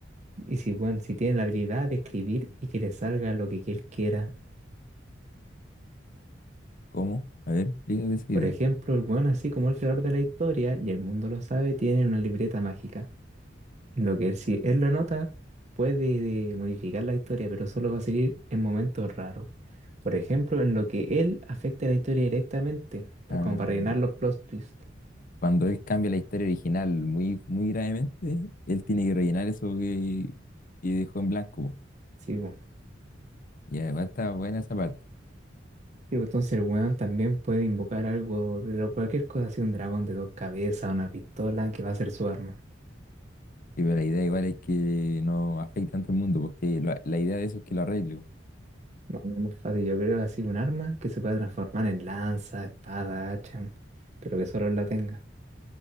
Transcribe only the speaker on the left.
¿Cómo? A ver, explícate esa
idea.
Ah,
cuando él cambia la historia original muy, muy gravemente, él tiene que rellenar eso que, que dejó en blanco.
Y además está buena esa parte.
Sí, pero la idea igual es que no afecte tanto al mundo, porque la, la idea de eso es que lo arregle, po,